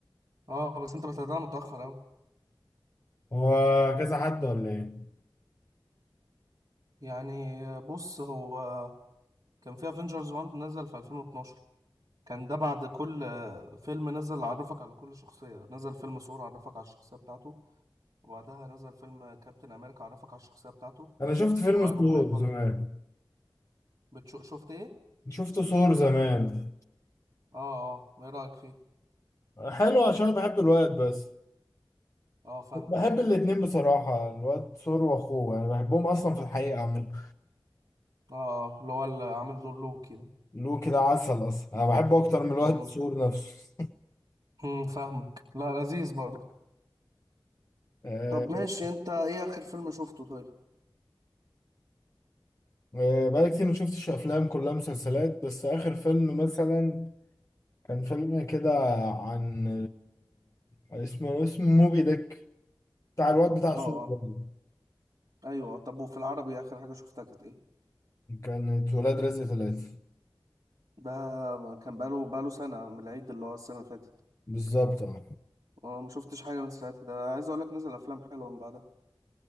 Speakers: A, on the right (about 65°); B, on the left (about 35°).
A: اه بس انت بتابعها متاخر قوي
B: هو كذا حد ولا ايه
A: يعني بص هو كان في افنجرز 1 نزل في 2012 كان ده بعد كل فيلم نزل عرفك على كل شخصية نزل فيلم ثور عرفك على الشخصية بتاعته وبعدها نزل فيلم كابتن امريكا عرفك على الشخصية بتاعته
B: انا شفت فيلم
A: وايرون
B: ثور
A: مان برضه
B: زمان
A: بتشو شفت ايه
B: شفت ثور زمان
A: اه اه ايه رأيك فيه
B: حلو عشان أنا بحب الواد بس
A: اه فاهمك
B: بحب الاتنين بصراحة الواد ثور واخوه يعني بحبهم اصلا في الحقيقة عامل
A: اه آه، اللي هو اللي عامل دور لوكي ده
B: له كده عسل اصلا انا بحبه اكتر من الواد
A: امم
B: ثور نفسه
A: أمم، فاهمك لا لذيذ برضه
B: <laughs>
A: طب ماشي انت ايه اخر فيلم شفته طيب
B: آه، بقالي كتير ما شفتش افلام كلها مسلسلات بس اخر فيلم مثلا كان فيلم كده عن آه، اسمه اسمه موبي ديك بتاع الواد بتاع سوريا
A: اه اه
B: ده.
A: ايوه طب وفي العربي اخر حاجة شفتها كانت ايه
B: كانت ولاد رزق ثلاثة
A: ده كان بقاله بقاله سنة من العيد اللي هو السنة اللي فاتت
B: بالظبط اه
A: اه ما شفتش حاجة من ساعتها ده عايز اقول لك نزل افلام حلوة من بعدها